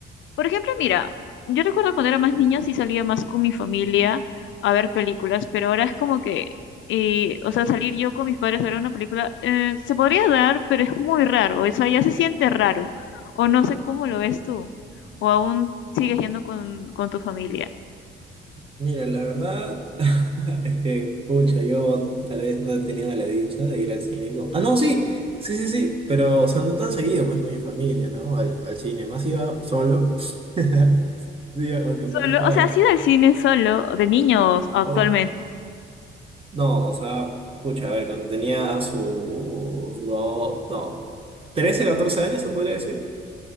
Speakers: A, on the left; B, on the right.
A: Por ejemplo, mira, yo recuerdo cuando era más niña sí salía más con mi familia a ver películas, pero ahora es como que, eh, o sea, salir yo con mis padres a ver una película, eh, se podría dar, pero es muy raro, o sea, ya se siente raro, o no sé cómo lo ves tú, o aún sigues yendo con, con tu familia.
B: Mira, la verdad <laughs> es que, pucha, yo tal vez no he tenido la dicha de ir al cine. con- Ah, no, sí, sí, sí, sí, pero, o sea, no tan seguido, pues, con mi familia, ¿no? Al, al cine, más iba solo. <laughs> Sí, aunque
A: Solo,
B: parezca...
A: o sea, ¿has ido al cine solo, de niños actualmente?
B: Oh, no, o sea, pucha, a ver, cuando tenía sus dos, no, 13 14 años, se podría decir.